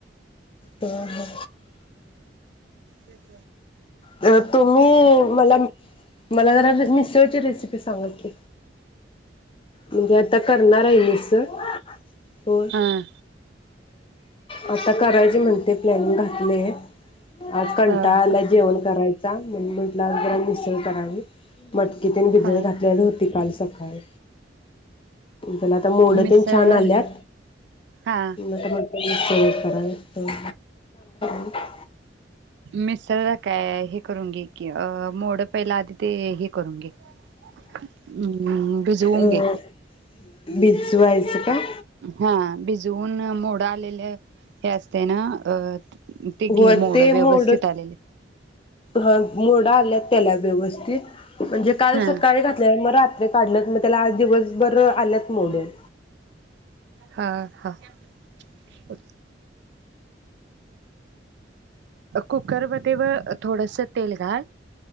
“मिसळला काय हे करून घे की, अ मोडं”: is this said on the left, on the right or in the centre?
Right